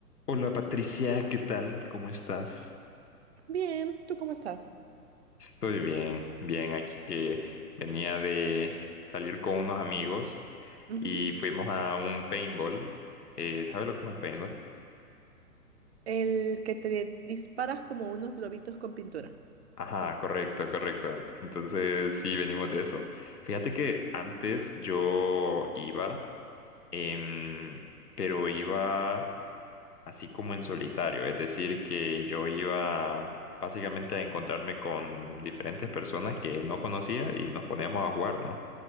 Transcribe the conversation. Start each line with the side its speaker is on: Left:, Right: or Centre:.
Left: Hola Patricia, ¿qué tal? ¿Cómo estás?
Right: Bien, ¿tú cómo estás?
Left: Estoy bien, bien, aquí que venía de salir con unos amigos
Right: Ujú.
Left: y fuimos a un paintball. Eh, ¿sabes lo que es un paintball?
Right: El que te disparas como unos globitos con pintura.
Left: Ajá, correcto, correcto. Entonces sí, venimos de eso. Fíjate que antes yo iba, em, pero iba así como en solitario, es decir, que yo iba básicamente a encontrarme con diferentes personas que no conocía y nos poníamos a jugar, ¿no?